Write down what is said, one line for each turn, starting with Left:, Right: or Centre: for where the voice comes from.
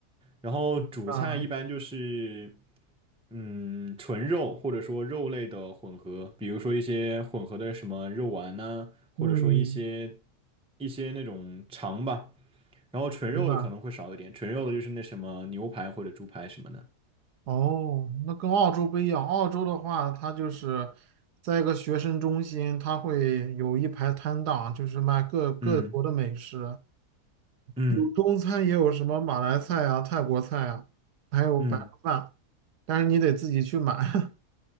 Centre: 然后主菜一般就是，
Right: 啊，
Centre: 嗯，纯肉或者说肉类的混合，比如说一些混合的什么肉丸呐、或者说一些
Right: 嗯，
Centre: 一些那种肠吧。然后纯肉的可能会少一点，
Right: 明白。
Centre: 纯肉的就是那什么牛排或者猪排什么的。
Right: 哦，那跟澳洲不一样。澳洲的话，它就是在一个学生中心，它会有一排摊档，就是卖各各国的美食，
Centre: 嗯嗯
Right: 有中餐，也有什么马来菜啊、泰国菜啊，还有白人饭，
Centre: 嗯。
Right: 但是你得自己去买。<laughs>